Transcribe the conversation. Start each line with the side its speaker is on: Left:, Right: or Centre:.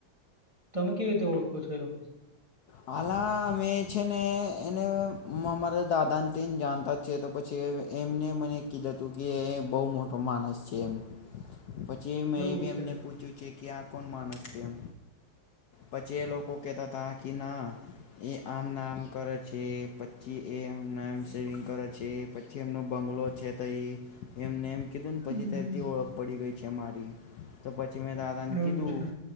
Right: તમે કેવી રીતે ઓળખો છો એ લોકો
Left: હાલા અમે છે ને એને અમારા દાદા ને તેને જાણતા જ છેએ તો પછી એમને મને કીધું હતું કે બહુ મોટો માણસ છે એમ પછી મેં
Right: એવું
Left: એ બી
Right: છે
Left: એમને પૂછ્યું છે કે આપ કો માણસ છે એ પછી એ લોકો કેતા કે ના એ આમ નામ કરે છે પછી એમ નામ સેવિંગ કરે છે પછી એમનો બંગલો છે તો એ એમને એમ કીધું
Right: હમ
Left: ને પછી તરતી ઓળખ પડી ગઈ છે મારી પછી મેં દાદા ને
Right: એવું
Left: કીધું
Right: છે